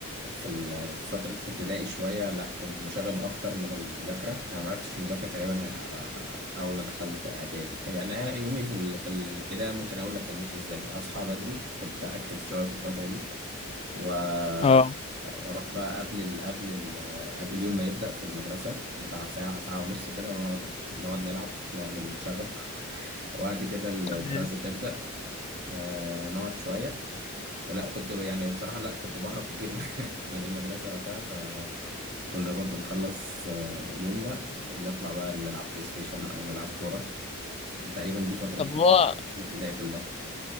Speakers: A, on the right; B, on the left.
A: في ال- في فترة الابتدائي شوية لا كنت مشاغب أكتر من المذاكرة يعني ما عرفتش مذاكرة تقريبا غير على آه، أول ما دخلت إعدادي يعني أنا يومي في ال... في الابتدائي ممكن أقول لك كان ماشي إزاي أصحى بدري كنت أكتف شوية في الفترة دي وأروح
B: اه
A: بقى قبل ال... قبل ال... آه، قبل اليوم ما يبدأ في المدرسة بتاع ساعة ساعة ونص كده ونقعد نقعد نلعب نعمل شغب <laughs> وبعد كده الدراسة
B: تمام
A: تبدأ آه، نقعد شوية ولا كنت ب- يعني بصراحة لا كنت بهرب كتير <laughs> من من المدرسة وقتها فكنا برضو نخلص آه، يومنا ونطلع بقى نلعب بلاي ستيشن أو نلعب كورة تقريبا دي فترة
B: طب
A: الابتدائي
B: هو
A: الابتدائي كلها